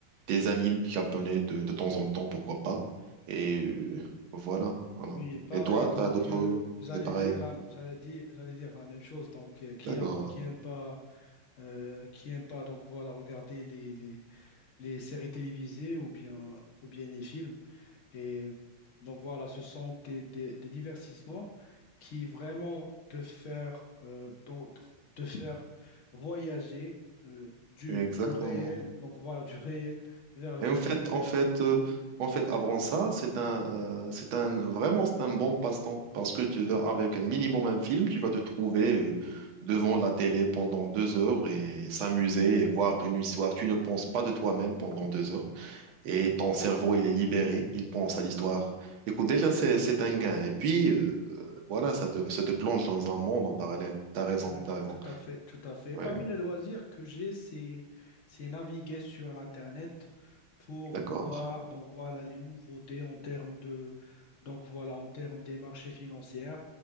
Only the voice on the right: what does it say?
des animes japonais de, de temps en temps, pourquoi pas. Et euh, voilà, voilà.
Et toi,
t'as d'autres...
C'est pareil.
D'accord.
Exactement.
Et
en fait, en fait, euh, en fait, avant ça, c'est un, euh, c'est un, vraiment, c'est un bon passe-temps parce que tu vas avec un minimum un film, tu vas te trouver euh, devant la télé pendant deux heures et s'amuser et voir une histoire. Tu ne penses pas de toi-même pendant deux heures. et
ton cerveau, il est libéré, il pense à l'histoire. Écoute, déjà, c'est, c'est un gain. Et puis, euh, euh, voilà, ça te, ça te plonge dans un monde en parallèle. T'as raison,
t'as raison.
Ouais,
d'accord.